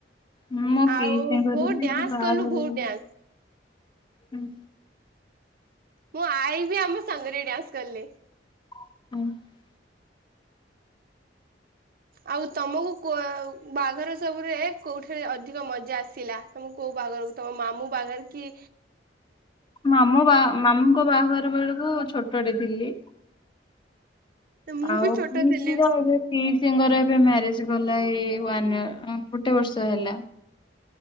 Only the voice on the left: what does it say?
ମୁଁ ମୋ
ପିଇସା ଙ୍କର
ବି
ଏବେ ବାଘର
<unintelligible>
ହୁଁ।
<unintelligible>
ମାମୁ ବାହା ମାମୁଙ୍କ ବାହାଘର ବେଳକୁ ଛୋଟଟେ ଥିଲି।
ଆଉ
ପିଇସିର
ଏବେ ପିଇସିଙ୍କର ଏବେ ମ୍ୟାରେଜ ଗଲା ଏଇ ୱାନ ଇୟର ଗୋଟେ ବର୍ଷ ହେଲା।